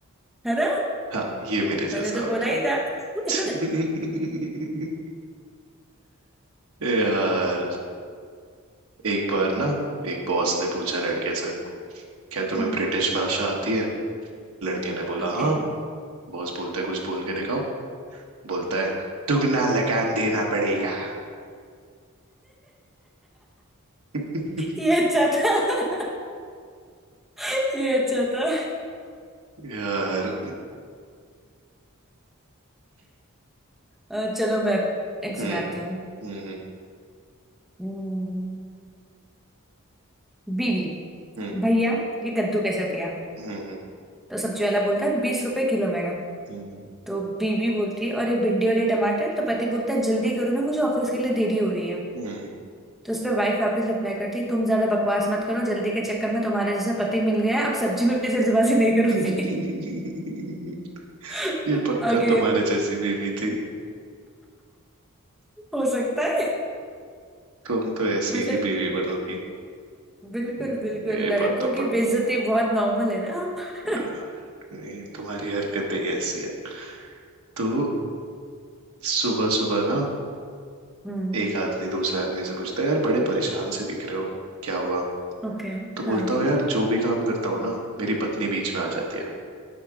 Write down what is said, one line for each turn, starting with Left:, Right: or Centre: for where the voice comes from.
Centre: है ना
Right: हाँ ये मेरे
Centre: मैंने
Right: जैसा
Centre: तो
Right: होगा
Centre: बोला ही था <laughs>
Right: <laughs> यार एक बार ना एक बॉस ने पूछा लड़के से क्या तुम्हें
Centre: हम्म
Right: ब्रिटिश भाषा आती है लड़के ने बोला
Centre: ओके
Right: हाँ
Centre: <laughs>
Right: बॉस बोलता है कुछ बोल के दिखाओ बोलता है दुगना लगान देना पड़ेगा <laughs>
Centre: ये अच्छा था <laughs> ये अच्छा था
Right: यार
Centre: अ, चलो मैं एक सुनाती
Right: हम्म
Centre: हूँ
Right: हम्म हम्म
Centre: हम्म, बीवी
Right: हम्म
Centre: भैया ये कद्दू कैसा दिया
Right: हम्म
Centre: तो सब्जी वाला बोलता है बीस रुपए किलो मैडम
Right: हम्म,
Centre: तो बीवी बोलती है और ये भिंडी और ये टमाटर तो पति बोलता है जल्दी करो ना मुझे ऑफिस के लिए देरी हो रही है
Right: हम्म।
Centre: तो उस पर वाइफ वापस रिप्लाई करती है तुम ज्यादा बकवास मत करो जल्दी के चक्कर में तुम्हारे जैसा पति मिल गया अब सब्जी में भी जल्दबाजी नहीं करूंगी
Right: हम्म। <laughs>
Centre: <laughs>
Right: ये पक्का
Centre: अगेन
Right: तुम्हारे जैसी बीवी थी
Centre: हो सकता है
Right: तुम तो ऐसी
Centre: मतलब
Right: ही बीवी बनोगी
Centre: बिल्कुल
Right: ये
Centre: बिल्कुल
Right: ये
Centre: लड़कों
Right: बात तो
Centre: की
Right: पक्की
Centre: बेइज्जती बहुत नॉर्मल है ना <laughs>
Right: हाँ, ये तुम्हारी हरकतें ही ऐसी है तो सुबह सुबह ना
Centre: हम्म
Right: एक आदमी दूसरे आदमी से पूछता है यार बड़े परेशान से दिख रहे हो क्या हुआ
Centre: ओके
Right: तो बोलता
Centre: हाँ
Right: हूँ यार जो भी काम करता हूँ ना मेरी पत्नी बीच में आ जाती है